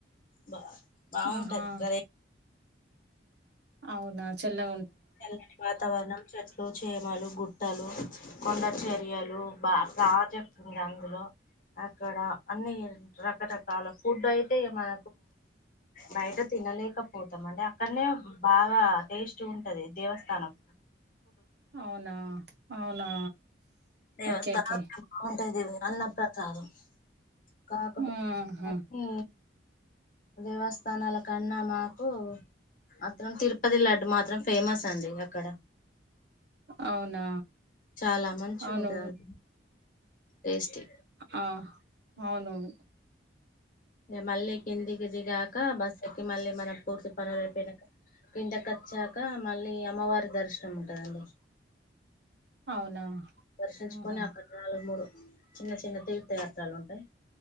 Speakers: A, on the left; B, on the right.
A: బా బాగుంటది
B: ఆహా
A: ప్రదే
B: అవునా చెల్లగా
A: తెల్లని వాతావరణం చెట్లు చేమాలు గుట్టలు కొండ చే యాలు బాగా ప్రాజెక్ట్ ఉంది అందులో అక్కడ అన్ని రకరకాల ఫుడ్ అయితే మన బయట తినలేకపోతాం అండి అక్కడనే బాగా టేస్ట్ ఉం టిది దేవ స్థానం
B: అవునా అవునా
A: దేవస్థానం
B: ఓకే ఓకే
A: అన్న ప్ర చదు కాకపోతే
B: ఆహా
A: భక్తి దేవస్థానాల కన్నా మాకు అందరం తిరుపతి లడ్డు మాత్రం ఫేమస్ అండి అక్కడ
B: అవునా
A: చాలా మంచిగా
B: అవును
A: ఉంటంది టేస్టీ
B: ఆ అవునవును
A: మళ్ళీ కిందికిి దిగాక బస్ ఎక్కి మళ్ళీ మనం పూర్తి పనులుపోయినాక కిందకి వచ్చాక మళ్ళీ అమ్మవారి దర్శనం ఉంటదండి
B: అవునా
A: దర్శించుకొని
B: ఆహా
A: అక్కడ నాలుగు మూడు చిన్న చిన్న తీర్థయాత్రలు ఉంటాయి